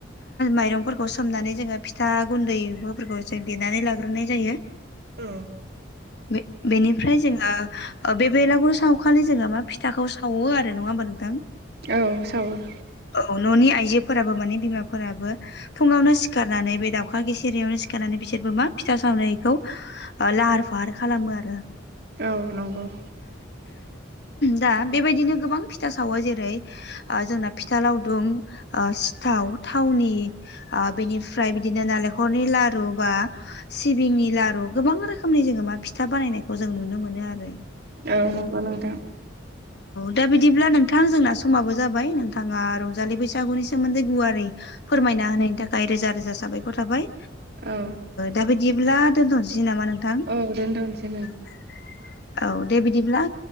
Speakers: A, on the left (about 60°); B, on the right (about 55°).
A: माइरंफोरखौ सोमनानै जोंङो फिथा गुन्दैफोरखौ जों देनानै लाग्रोनाय जायो।
B: औ
A: बेनि बेनिफ्राय जोंङो बेलागुरु सावखालि जोंङो मा फिथाखौ सौवो आरो नंङा होमबा नोंथां।
B: औ सावो।
A: औ न'नि आइजोफोराबो माने बिमाफोराबो फुंङावनो सिखारनानै बे दाउला गिसिरियावनो सिखारनानै बिसोरबो मा फिथा सावनायखौ। लाहार फाहार खालामो आरो।
B: औ नंगौव
A: दा बेबायदिनो गोबां फिथा सावो जेरै जोंना फिथा लावदुम सिथाव थावनि बेनिफ्राय बिदिनो नालेंखरनि लारु बा सिबिंनि लारु गोबां रोखोम। रोखोमनि जोंङो मा फिथा बानायनायखौ जों नुनो मोनो आरो
B: औव नंगौव नोंथां।
A: दा बिदिब्ला नोंथां जोंना समाबो जाबाय नोंथांङा रंजालि बैसागुनि सोमोन्दै गुवारै। फोरमायना होनायनि थाखाय रोजा रोजा साबायखर थाबाय।
B: औ
A: दा बिदिब्ला दोनथ'नोसै नामा नोंथां? नोंथां
B: औ दोनथ'नोसै
A: औव दे बिदिब्ला